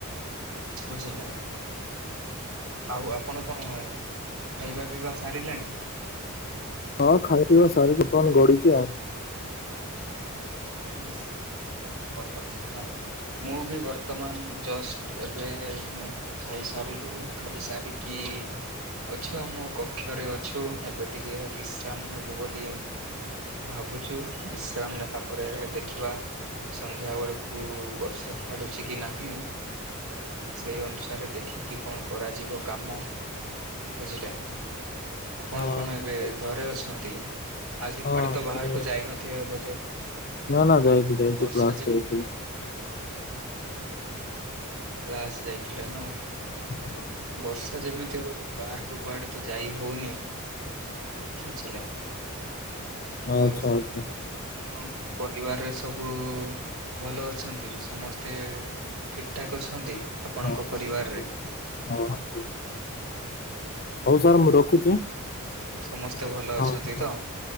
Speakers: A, on the right (about 75°); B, on the left (about 45°).
A: ବୁଝିଲା ଆଉ ଆପଣ କଣ? ଖାଇବା ପିଇବା ସାରିଲାଣି।
B: ହଁ ଖାଇ ପିଇବା ସାରିକି ବମାନ ଗଡୁଛି ଆଉ।
A: ହୁଁ ଭଲ କଥା। ମୁଁ ବି ବର୍ତ୍ତମାନ ଜଷ୍ଟ ଏବେ ଆମେ ଖାଇସାରିଲୁ ଖାଇସାରି କି ଅଛୁ ଆମ କକ୍ଷରେ ଅଛୁ ଏବେ ଟିକେ ବିଶ୍ରାମ ନବୁ ବୋଲି ଭାବୁଛୁ ବିଶ୍ରାମ ନେଲା ପରେ ଦେଖିବା ସନ୍ଧ୍ୟା ବେଳକୁ ବର୍ଷା ଛାଡ଼ୁଛି କି ନାହିଁ? ସେଇ ଅନୁସାରେ ଦେଖିକି କଣ କରାଯିବ କାମ? ବୁଝିଲା। ଆପଣ
B: ହଁ
A: କଣ
B: ଠିକ
A: ଏବେ
B: କହିଲେ
A: ଘରେ ଅଛନ୍ତି ଆଜି
B: ହଁ
A: କୁଆଡ଼େ ତ ବାହାରକୁ
B: ଘରେ ଅଛି
A: ଯାଇନଥିବେ ବୋଧେ
B: ନା ନା ଯାଇଛି ଯାଇଛି
A: ବର୍ଷା
B: କ୍ଲାସ
A: ଯେମିତି
B: ଯାଇଥିଲି।
A: କ୍ଲାସ ଯାଇଥିଲେ ନା କଣ?
B: ହଁ,
A: ବର୍ଷା ଯେମିତି ହଉଛି ବାହାରକୁ କୁଆଡ଼େ ତ ଯାଇ ହଉନି। ବୁଝିଲେ
B: ଆଚ୍ଛା
A: ଆଉ
B: ଆଚ୍ଛା ଆଚ୍ଛା।
A: ଆଉ ପରିବାରରେ ସବୁ ଭଲ ଅଛନ୍ତି ସମସ୍ତେ ଠିକ୍ ଠାକ୍ ଅଛନ୍ତି। ଆପଣଙ୍କ
B: ହଁ ସମସ୍ତେ
A: ପରିବାରରେ
B: ଠିକ୍ ଅଛି ହଁ ହଁ ଠିକ୍ ଅଛି। ହଉ ସାର୍ ମୁଁ ରଖୁଛି
A: ତ ସମସ୍ତେ ଭଲ ଅଛନ୍ତି
B: ହଉ ହଉ।
A: ତ?